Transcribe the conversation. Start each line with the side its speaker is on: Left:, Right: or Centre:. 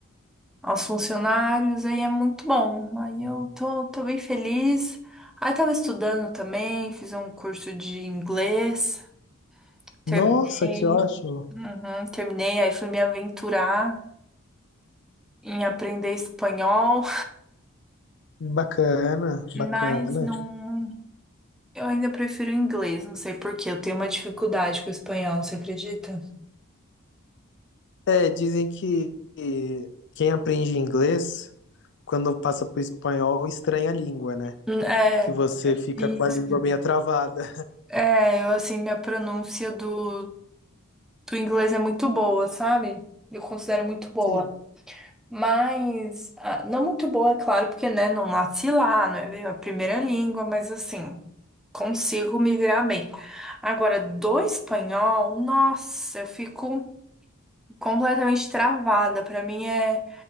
Centre: aos funcionários. Aí é muito bom. Aí eu tô, tô bem feliz. Aí tava estudando também, fiz um curso de inglês, terminei.
Left: Nossa, que ótimo.
Centre: Uhum, terminei, aí fui me aventurar em aprender espanhol.
Left: Bacana,
Centre: Mas
Left: bacana.
Centre: não. Eu ainda prefiro o inglês, não sei por quê. Eu tenho uma dificuldade com o espanhol, você acredita?
Left: É, dizem que quem aprende inglês, quando passa pro espanhol, estranha a língua, né?
Centre: Hum, É,
Left: Que você fica
Centre: isso.
Left: com a língua meio travada.
Centre: É, eu assim, minha pronúncia do, do inglês é muito boa, sabe? Eu considero muito boa.
Left: Sim.
Centre: Mas, ah, não muito boa, é claro, porque, né, não nasci lá, não é a primeira língua, mas assim, consigo me virar bem. Agora, do espanhol, nossa, eu fico completamente travada. Pra mim é.